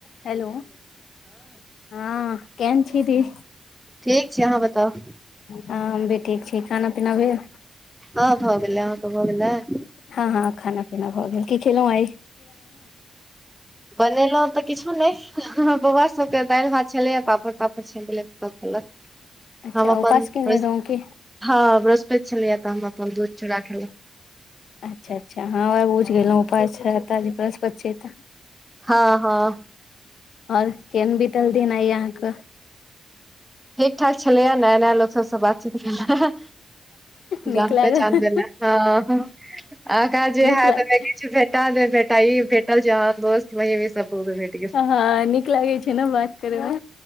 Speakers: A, on the left (about 80°); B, in the centre.
A: Hello हँ केहन छी दी?
B: ठीक छै आहाँ बताउ?
A: हँ हम भी ठीक छी खाना पीना भेल?
B: हँ भऽ गेलै आहाँ के भऽ गेलैय?
A: हँ हँ खाना पीना भऽ गेल की खेलौ आय?
B: बनेलों। तऽ किछो नै हमर बौआ सब के दैल भात छेलै ए पापड़ -तापड़ छैन देलियै तऽ खेलक।
A: अच्छा
B: हम अपन
A: उपास केने
B: बृहस्
A: रहौं की
B: हँ बृहस्पैत छेल्लै ये तऽ हम अपन दूध चुड़ा खेलों।
A: अच्छा अच्छा हँ बुझगेलों उपास छे तऽ बृहस्पत छैय तऽ।
B: हँ, हँ।
A: और केहन बीतल दिन आय आहाँकऽ?
B: ठीक- ठाक छलैए नया -नया लोक सबसँ बातचीत भेल आ।
A: नीक
B: जान
A: लागल
B: पहचान भेले हेँ हँ, हँ आगा जे
A: नीक
B: हेएत
A: लाग
B: <unintelligible> कुछ भेठा नै भेठा इ भेटल जे हँ दोस्त महिम इ सब खुब भेट- गेल
A: हँ नीक लगेै छै नऽ बात करे मे